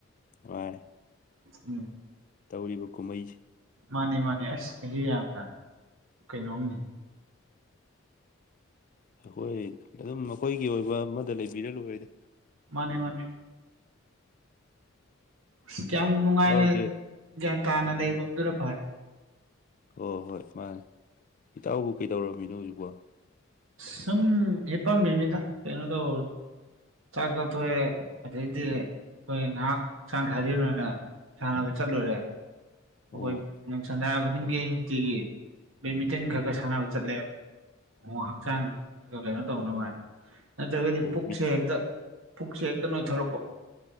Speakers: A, on the left; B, on the right.
A: ꯃꯥꯅꯦ
B: ꯎꯝ
A: ꯇꯧꯔꯤꯕ ꯀꯨꯝꯍꯩꯁꯦ
B: ꯃꯥꯅꯤ ꯃꯥꯅꯦ ꯑꯁ ꯀꯩꯁꯨ ꯌꯥꯝꯅ ꯀꯩꯅꯣꯝꯅꯤ
A: ꯑꯩꯈꯣꯏ ꯑꯗꯨꯝ ꯃꯈꯣꯏꯒꯤ ꯑꯣꯏꯕ ꯑꯃꯗ ꯂꯩꯕꯤꯔ ꯂꯣꯏꯔꯦꯗ
B: ꯃꯥꯅꯦ ꯃꯥꯅꯦ ꯑꯁ ꯀꯌꯥꯝ ꯅꯨꯡꯉꯥꯏꯅ
A: ꯏꯇꯥꯎꯁꯦ
B: ꯒ꯭ꯌꯥꯟ ꯇꯥꯅ ꯂꯩꯕ ꯑꯗꯨꯅ ꯐꯔꯦ
A: ꯍꯣꯏ ꯍꯣꯏ ꯃꯥꯅꯦ ꯏꯇꯥꯎꯕꯨ ꯀꯩꯗꯧꯔꯝꯃꯤꯅꯣ ꯍꯧꯖꯤꯛꯄꯣ
B: ꯁꯨꯝ ꯍꯤꯄꯝꯃꯤꯅꯤꯗ ꯀꯩꯅꯣ ꯇꯧꯔ ꯆꯥꯛ ꯆꯥꯊꯣꯛꯑꯦ ꯑꯗꯩꯗꯤ ꯑꯩꯈꯣꯏ ꯉꯍꯥꯛ ꯍꯛꯆꯥꯡ ꯁꯥꯖꯦꯜ ꯑꯣꯏꯅ ꯁꯥꯟꯅꯕ ꯆꯠꯂꯨꯔꯦ
A: ꯑꯣ
B: ꯑꯩꯈꯣꯏ ꯁꯥꯟꯅꯕ ꯈꯨꯗꯤꯡꯒꯤ ꯑꯩ ꯅꯨꯡꯇꯤꯒꯤ ꯕꯦꯠꯃꯤꯟꯇꯟ ꯈꯔ ꯈꯔ ꯁꯥꯟꯅꯕ ꯆꯠꯂꯦꯕ ꯑꯣ ꯍꯛꯆꯥꯡ ꯀꯩꯅꯣ ꯇꯧꯅꯕ ꯍꯥꯏ ꯅꯠꯇ꯭ꯔꯒꯗꯤ
A: ꯑꯣ
B: ꯄꯨꯛꯁꯦ
A: ꯃꯤꯠ
B: ꯍꯦꯛꯇ ꯄꯨꯛꯁꯦ ꯍꯦꯛꯇ ꯅꯣꯏꯊꯣꯔꯛꯄ